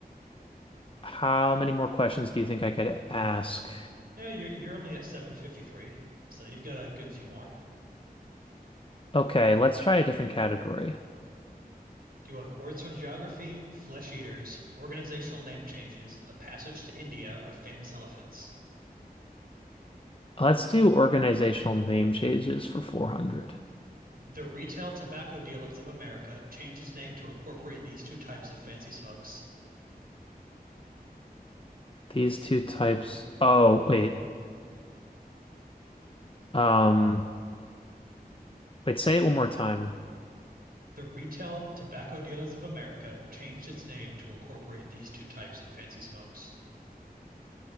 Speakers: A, on the left (about 35°); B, on the right (about 70°).
A: how many more questions do you think I could ask?
B: Yeah, you're you're only at 753, so you've got a good few more.
A: Okay, let's try a different category.
B: Do you want words from geography, flesh eaters, organizational name changes, a passage to India, or famous elephants?
A: Let's do organizational name changes for 400.
B: The Retail Tobacco Dealers of America changed its name to incorporate these two types of fancy smokes.
A: These two types. Oh, wait. Um, wait, say it one more time.
B: The Retail Tobacco Dealers of America changed its name to incorporate these two types of fancy smokes.